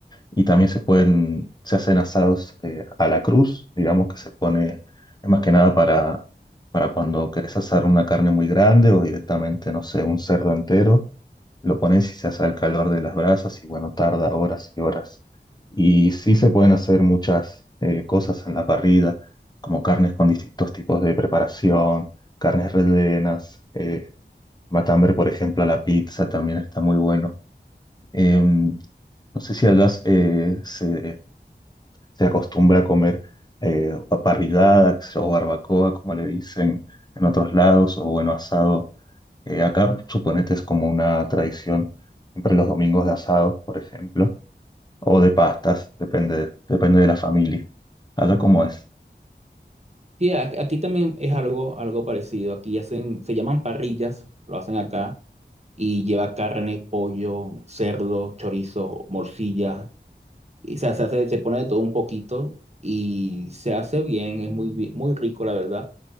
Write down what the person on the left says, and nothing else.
y también se pueden, se hacen asados eh, a la cruz, digamos que se pone, es más que nada para, para cuando querés asar una carne muy grande o directamente, no sé, un cerdo entero, lo pones y se hace al calor de las brasas y bueno, tarda horas y horas. Y sí se pueden hacer muchas eh, cosas en la parrilla, como carnes con distintos tipos de preparación, carnes rellenas, eh, matambre, por ejemplo, a la pizza también está muy bueno. Em, no sé si hablas, eh, se, se acostumbra a comer eh, a parrillada o barbacoa, como le dicen en otros lados, o bueno, asado. Eh, acá, suponete, es como una tradición, siempre los domingos de asado, por ejemplo, o de pastas, depende, depende de la familia. Allá cómo es.